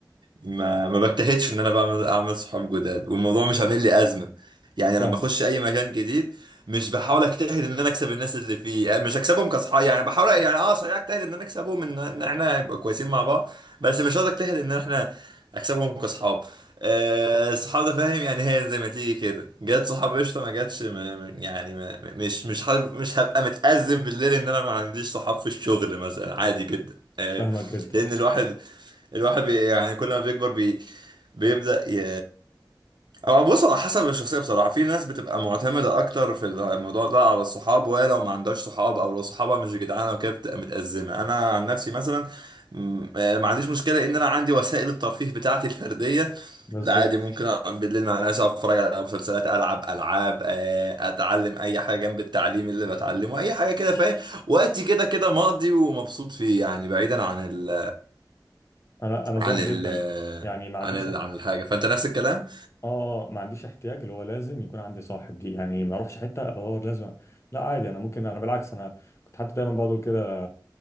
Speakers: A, on the right; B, on the left.
A: ما ما بجتهدش ان انا بعمل اعمل صحاب جداد والموضوع مش عامل لي ازمه يعني
B: فاهمك
A: لما اخش اي مكان جديد مش بحاول اجتهد ان انا اكسب الناس اللي فيه يعني مش اكسبهم كصحاب يعني بحاول يعني اه صحيح اجتهد ان انا اكسبهم ان إن احنا نبقى كويسين مع بعض بس مش قصدي اجتهد ان احنا اكسبهم كصحاب آه، الصحاب ده فاهم يعني هي زي ما تيجي كده جت صحاب قشطه ما جاتش ما- ما- يعني ما مش مش حابب- مش هبقى متأزم بالليل ان انا ما عنديش صحاب في الشغل مثلا عادي جدا آه،
B: فاهمك جدا
A: لان الواحد الواحد بي يعني كل ما بيكبر بي بيبدأ ي أو بص على حسب الشخصية بصراحة في ناس بتبقى معتمدة أكتر في الموضوع ده على الصحاب وهي لو ما عندهاش صحاب أو لو صحابها مش جدعانة وكده بتبقى متأزمة أنا عن نفسي مثلا م- آه، ما عنديش مشكلة إن أنا عندي وسائل الترفيه بتاعتي الفردية
B: بالظبط
A: لا عادي ممكن أقعد بالليل مع ناس أقعد اتفرج على مسلسلات العب العاب آه، اتعلم اي حاجه جنب التعليم اللي بتعلمه اي حاجه كده فاهم وقتي كده كده مقضي ومبسوط فيه يعني بعيدا عن ال
B: انا انا
A: عن
B: زيك جدا
A: ال
B: يعني ما عنديش
A: عن ال
B: احت...
A: عن الحاجة فأنت نفس الكلام
B: اه اه ما عنديش احتياج اللي هو لازم يكون عندي صاحب دي يعني ما اروحش حته بدور لازم لا عادي انا ممكن انا بالعكس انا كنت حتى دايما بقول كده